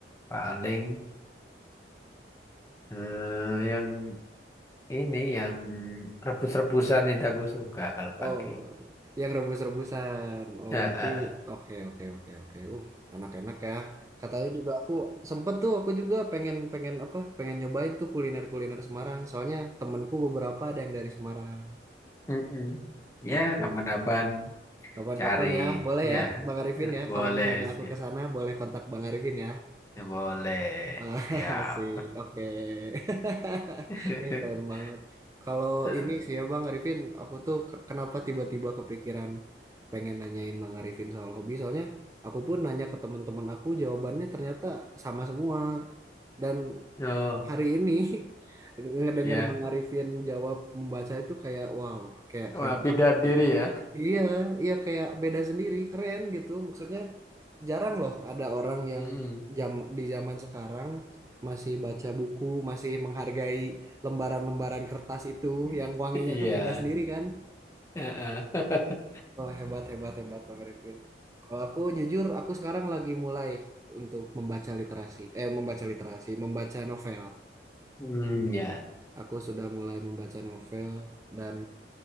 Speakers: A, on the left; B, on the right.
A: paling eh, yang ini yang rebus-rebusan itu aku suka kalau
B: Oh,
A: pagi.
B: yang rebus-rebusan. Oh,
A: Eh,
B: berarti
A: <laughs>
B: oke, oke, oke, oke. Uh, enak-enak ya. Katanya juga aku sempet tuh, aku juga pengen pengen apa? Pengen nyobain tuh kuliner-kuliner Semarang. Soalnya temenku beberapa ada yang dari Semarang
A: Mm-mm.
B: gitu.
A: Ya kapan-kapan
B: Kapan-kapan
A: cari
B: ya, boleh
A: ya
B: ya Bang Arifin
A: Eh,
B: ya.
A: boleh
B: Kalau misalnya aku
A: sih
B: ke sana, boleh kontak Bang Arifin ya.
A: Ya, boleh
B: Ah,
A: siap.
B: <laughs> Asik, oke. <laughs>
A: <laughs>
B: Ini keren banget. Kalau
A: Ah,
B: ini sih ya Bang Arifin, aku tuh ke- kenapa tiba-tiba kepikiran pengen nanyain Bang Arifin soal hobi. Soalnya aku pun nanya ke teman-teman aku, jawabannya ternyata sama semua. Dan
A: Oh
B: hari ini <laughs> ngedenger
A: ya
B: Bang Arifin jawab membaca itu kayak wow, kayak
A: Wah,
B: keren
A: beda
B: banget.
A: diri
B: gitu."
A: ya.
B: Iya, iya kayak beda sendiri, keren gitu. Maksudnya jarang loh ada orang yang
A: mm
B: jam di zaman sekarang masih baca buku, masih menghargai lembaran-lembaran kertas itu yang
A: <laughs>
B: wanginya
A: Iya.
B: tuh beda sendiri kan.
A: Eh, <laughs>
B: Wah, hebat hebat hebat Bang Arifin. Kalau aku jujur aku sekarang lagi mulai untuk membaca literasi. Eh, membaca literasi, membaca novel.
A: Hmm, ya.
B: Aku sudah mulai membaca novel dan